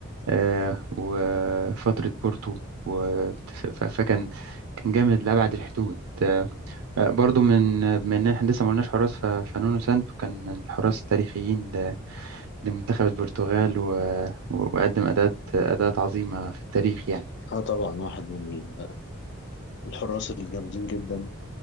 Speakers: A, on the right; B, on the left.
A: آه، وفترة بورتو و- ف- ف- فكان كان جامد لأبعد الحدود آه، آه، برضو من من إحنا لسه ما قلناش حراس ف- فنونو سانتو كان من الحراس التاريخيين ل- لمنتخب البرتغال و- و- وقدم أداءات أداءات عظيمة في التاريخ يعني
B: اه طبعا واحد من ال- الحراس الجامدين جدا